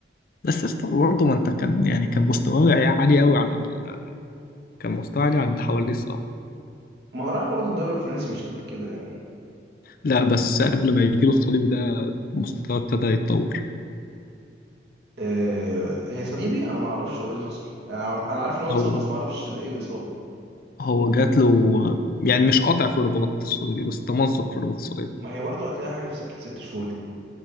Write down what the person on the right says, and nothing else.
ما هو راح برضه الدوري الفرنسي مش قد كده يعني
آه، هي صليبي انا ما اعرفش هو ايه اللي حصل انا أنا عارف ان هو اتصاب
بس ما اعرفش ايه الاصابه
ما هي برضه هتلاقي حاجه في سكه ست شهور كده